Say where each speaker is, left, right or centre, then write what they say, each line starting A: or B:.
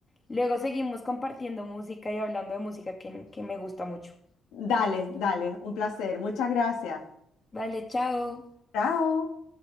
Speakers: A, on the left; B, on the left.
A: luego seguimos compartiendo música y hablando de música que, que me gusta mucho.
B: Dale, dale, un placer. Muchas gracias.
A: Vale, chao.
B: Chao.